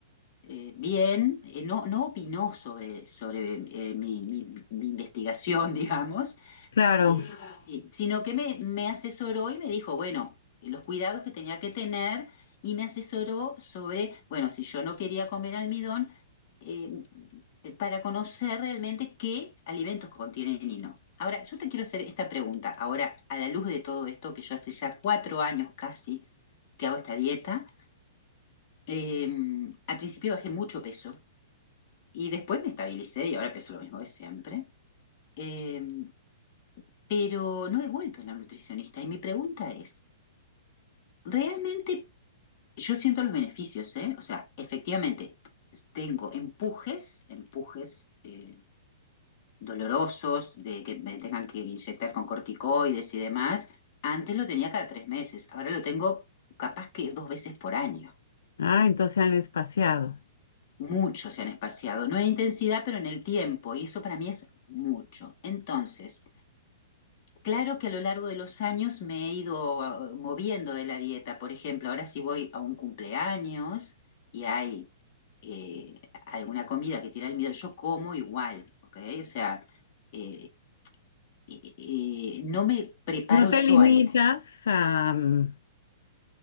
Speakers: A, on the left (about 30°); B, on the left (about 80°).
A: eh, bien, eh, no, no opinó sobre, sobre eh, mi, mi- mi investigación, <laughs> digamos,
B: Claro,
A: es- eh, sino que me, me asesoró y me dijo, bueno, los cuidados que tenía que tener y me asesoró sobre, bueno, si yo no quería comer almidón, eh, para conocer realmente qué alimentos contienen y no. Ahora, yo te quiero hacer esta pregunta, ahora, a la luz de todo esto, que yo hace ya cuatro años casi que hago esta dieta, eh, al principio bajé mucho peso y después me estabilicé y ahora peso lo mismo de siempre. Em, pero no he vuelto a la nutricionista. Y mi pregunta es, realmente yo siento los beneficios, ¿eh? O sea, efectivamente, tengo empujes, empujes eh, dolorosos de que me tengan que inyectar con corticoides y demás. Antes lo tenía cada tres meses, ahora lo tengo capaz que dos veces por año.
B: ah, entonces han espaciado.
A: Mucho se han espaciado, no en intensidad, pero en el tiempo, y eso para mí es mucho. Entonces, Claro que a lo largo de los años me he ido ah, moviendo de la dieta. Por ejemplo, ahora si voy a un cumpleaños y hay eh, alguna comida que tiene almidón, yo como igual, ¿ok? O sea, eh, eh, eh, no me preparo
B: No te
A: yo
B: limitas
A: al...
B: a, mm,